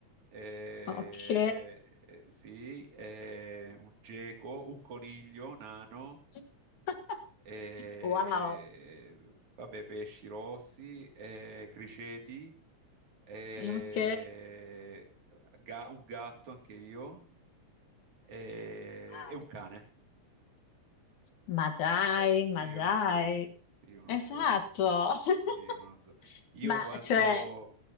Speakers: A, on the right (about 70°); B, on the left (about 75°).
A: eh,
B: Ok.
A: eh, sì, eh, un geco, un coniglio nano,
B: <laughs>
A: eh,
B: Wow.
A: vabbè, pesci rossi, eh, criceti, eh,
B: Ok.
A: ga- un gatto anche io, eh,
B: Wow.
A: e un cane.
B: Ma dai,
A: Ecco,
B: ma
A: sì,
B: dai.
A: uno zoo, sì, uno
B: Esatto.
A: zoo, uno zoo,
B: <laughs>
A: sì, uno zoo. Io
B: Ma
A: quando,
B: cioè,